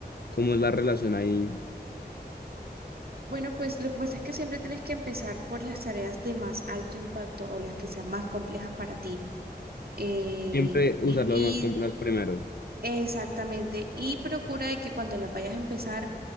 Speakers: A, on the left; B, on the right.
A: cómo es la relación ahí.
B: Bueno, pues lo que pasa es que siempre tienes que empezar por las tareas de más alto impacto o las que sean más complejas para ti. Eh,
A: Siempre usar
B: y, y
A: las más complejas primero.
B: exactamente, y procura de que cuando las vayas a empezar